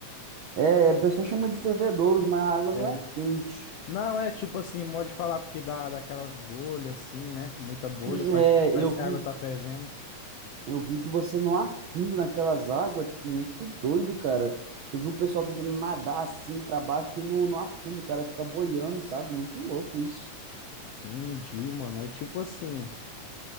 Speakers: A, on the right; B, on the left.
A: É, o pessoal chama de fervedouros, mas a água
B: É.
A: não é quente.
B: Não,
A: <clears throat>
B: é tipo assim, modo de falar porque dá daquelas bolhas assim, né? Muita bolha,
A: É,
B: parece que, parece
A: eu vi,
B: que a água tá fervendo.
A: eu vi que você não afunda naquelas águas, tipo, muito doido, cara. Eu vi um pessoal tentando nadar assim pra baixo e não, não afunda, o cara fica boiando, sabe? Muito louco isso.
B: Entendi, mano. Aí tipo assim,